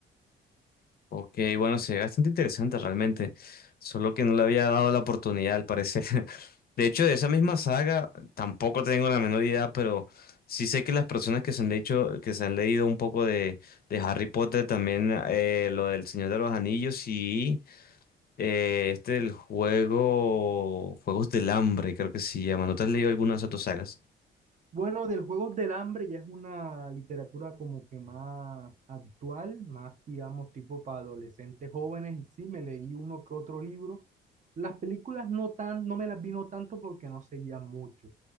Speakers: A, on the left (about 50°); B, on the right (about 40°).
A: ok, bueno, se ve bastante interesante realmente. Solo que no le había dado la oportunidad, al parecer. <laughs> De hecho, de esa misma saga tampoco tengo la menor idea, pero sí sé que las personas que se han hecho, que se han leído un poco de, de Harry Potter, también eh, lo del Señor de los Anillos, sí. Eh, este el juego. Juegos del Hambre, creo que se llama. ¿No te has leído algunas de tus sagas?
B: Bueno, del Juegos del Hambre ya es una literatura como que más actual, más digamos tipo para adolescentes jóvenes y sí, me leí uno que otro libro. Las películas no tan, no me las vino tanto porque no seguía mucho.